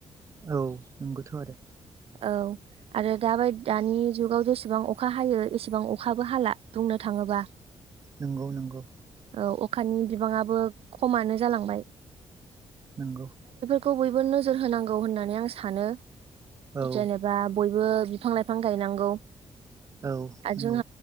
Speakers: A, on the right (about 30°); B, on the right (about 70°).
A: औ नोंगौथ' आरो
B: औ आरो दाबायदि दानि जुगाव जेसेबां अखा हायो एसेबां अखाबो हाला बुंनो थाङोबा
A: नंगौ नंगौ
B: औ अखानि बिबाङाबो खमानो जालांबाय।
A: नंगौ।
B: खौ बयबो नोजोर होनांगौ होननानै आं सानो
A: औ
B: जेनेबा बयबो बिफां लाइफां गायनांगौ
A: औ नंगौ
B: जों